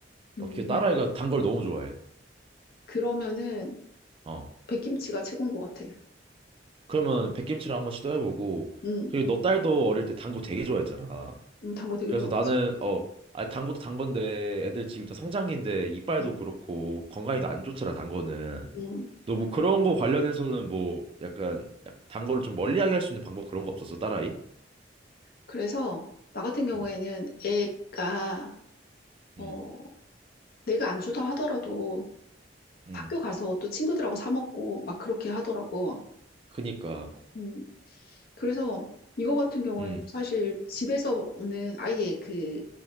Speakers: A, on the right; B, on the left.
A: 어,
B: 음,
A: 걔 딸아이가 단걸 너무 좋아해.
B: 그러면은
A: 어.
B: 백김치가 최고인 것 같아.
A: 그러면 백김치를 한번 시도해보고
B: 음,
A: 그리고 너 딸도 어릴 때 단거 되게 좋아했잖아.
B: 음, 단거 되게
A: 그래서
B: 좋아하지.
A: 나는 어, 아, 단 것도 단 건데 애들 지금 다 성장기인데 이빨도
B: 음,
A: 그렇고 건강이 도안 좋더라 단 거는.
B: 음.
A: 너 뭐 그런 거 관련해서는 뭐 약간 약- 단 거를 좀 멀리하게 할 수 있는 방법 그런 거 없었어 딸아이?
B: 그래서 나 같은 경우에는
A: 음.
B: 애가 어,
A: 음,
B: 내가 안 주다 하더라도
A: 음,
B: 학교 가서 또 친구들하고 사 먹고 막 그렇게 하더라고.
A: 그니까,
B: 음, 그래서 이거 같은 경우에는
A: 음,
B: 사실 집에서 는 아예 그